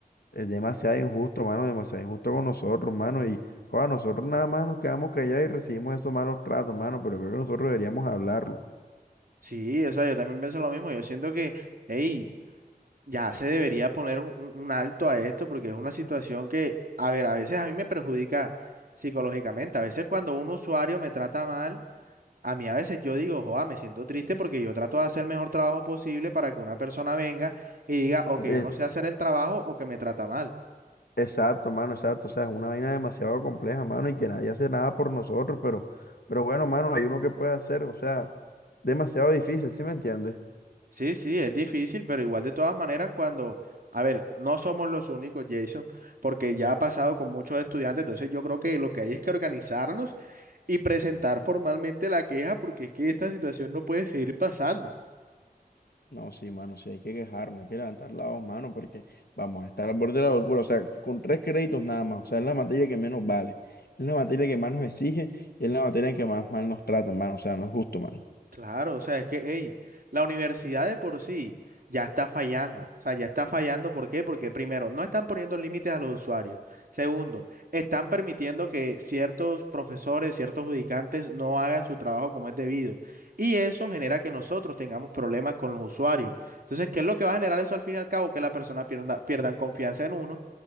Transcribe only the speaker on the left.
es demasiado injusto, mano, demasiado injusto con nosotros, mano. Y, joder, nosotros nada más nos quedamos callados y recibimos esos malos tratos, mano, pero creo que nosotros deberíamos hablarlo.
Es-
exacto, mano, exacto. O sea, es una vaina demasiado compleja, mano, y que nadie hace nada por nosotros, pero, pero bueno, mano, hay uno que puede hacer, o sea, demasiado difícil, ¿sí me entiendes?
No, sí, mano, sí, hay que quejarnos, hay que levantar la voz, mano, porque vamos a estar al borde de la locura. O sea, con tres créditos nada más. O sea, es la materia que menos vale, es la materia que más nos exige y es la materia en que más mal nos tratan, mano. O sea, no es justo, mano.